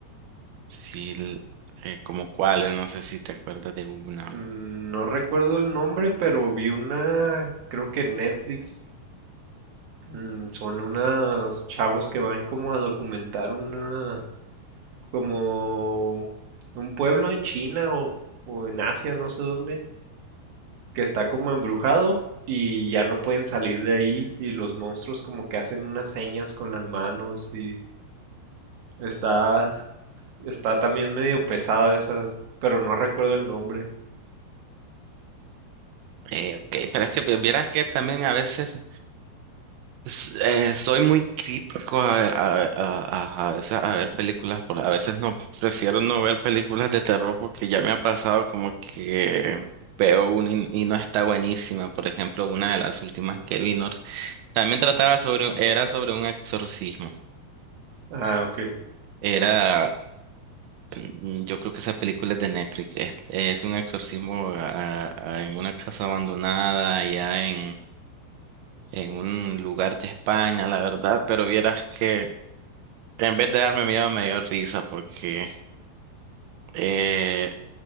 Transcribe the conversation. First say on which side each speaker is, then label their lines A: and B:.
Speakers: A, on the right; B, on the right.
A: Sí, l- eh, como cuáles, no sé si te acuerdas de una. o-
B: Mm, No recuerdo el nombre, pero vi una, creo que en Netflix, mm, son unos chavos que van como a documentar una, como un pueblo en China o, o en Asia, no sé dónde, que está como embrujado y ya no pueden salir de ahí y los monstruos como que hacen unas señas con las manos y está está también medio pesada esa, pero no recuerdo el nombre.
A: Eh, ok, pero es que vi- vieras que también a veces s- eh, soy muy crítico a ver, a, ver- a, a- a veces a ver películas, por, a veces no, prefiero no ver películas de terror porque ya me ha pasado como que veo una y, y no está buenísima. Por ejemplo, una de las últimas que vino también trataba sobre, un- era sobre un exorcismo.
B: Ah, ok,
A: Era Mm, Yo creo que esa película es de Netflix. Es, es un exorcismo a- a- en una casa abandonada, allá en, en un lugar de España, la verdad. Pero vieras que en vez de darme miedo, me dio risa porque eh,